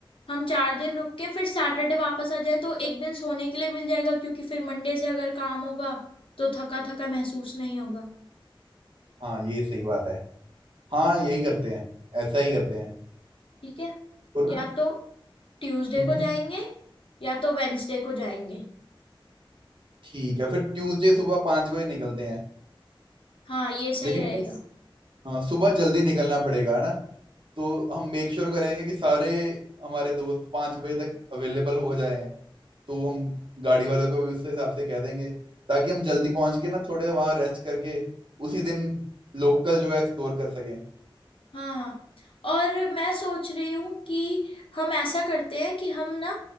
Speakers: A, on the left; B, on the right.
A: हम चार दिन रुक के फिर सैटरडे वापस आ जाएं तो एक दिन सोने के लिए मिल जाएगा क्योंकि फिर मंडे से अगर काम होगा तो थका थका महसूस नहीं होगा
B: हाँ ये सही बात है हाँ यही करते हैं ऐसा ही करते हैं
A: ठीक है
B: तो ना
A: या तो ट्यूसडे
B: हम्म
A: को
B: हम्म,
A: जाएंगे या तो वेंसडे को जाएंगे
B: ठीक है फिर ट्यूसडे सुबह पाँच बजे निकलते हैं
A: हाँ ये सही
B: लेकिन
A: रहेगा
B: हमें हाँ सुबह जल्दी निकलना पड़ेगा ना तो हम मेक श्योर करेंगे कि सारे हमारे दोस्त पाँच बजे तक अवेलेबल हो जाएं तो हम गाड़ी वालों को भी उस हिसाब से कह देंगे ताकि हम जल्दी पहुंच के ना थोड़े वहाँ रेस्ट करके उसी दिन लोकल जो है एक्सप्लोर कर सकें
A: हाँ और मैं सोच रही हूँ कि हम ऐसा करते हैं कि हम ना